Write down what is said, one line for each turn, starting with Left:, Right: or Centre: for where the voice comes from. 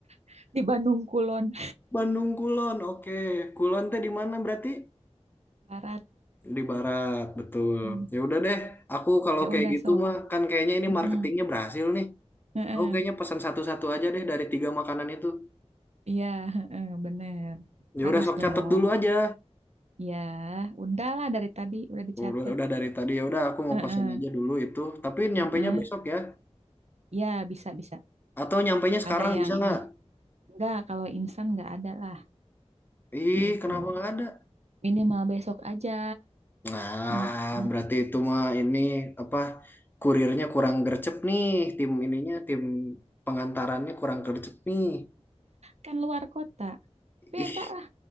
Right: <laughs> Di Bandung Kulon
Left: Bandung Kulon. Oke, Kulon teh di mana berarti?
Right: Barat.
Left: Di barat, betul.
Right: Hmm,
Left: Ya udah deh, aku kalau
Right: Ya
Left: kayak
Right: udah
Left: gitu
Right: sok.
Left: mah kan kayaknya ini
Right: Mm-mm.
Left: marketingnya berhasil nih.
Right: Heeh.
Left: Aku kayaknya pesan satu-satu aja deh dari tiga makanan itu.
Right: Iya, heeh, bener.
Left: Ya
Right: Harus
Left: udah sok
Right: dong.
Left: catet dulu aja.
Right: Ya, udahlah dari tadi udah dicatat.
Left: Udah, udah dari tadi ya udah aku mau
Right: Heeh.
Left: pesan aja dulu itu. Tapi nyampainya
Right: Heeh.
Left: besok ya.
Right: Ya, bisa, bisa.
Left: Atau nyampainya sekarang
Right: Ada yang
Left: bisa nggak?
Right: ini. Enggak, kalau instan enggak ada lah,
Left: Ih,
Right: gitu.
Left: kenapa nggak ada?
Right: Minimal besok aja.
Left: Nah,
Right: Mm-mm.
Left: berarti itu mah ini apa? Kurirnya kurang gercep nih, tim ininya, tim pengantarannya kurang gercep nih.
Right: Kan luar kota. Beda
Left: ih
Right: lah.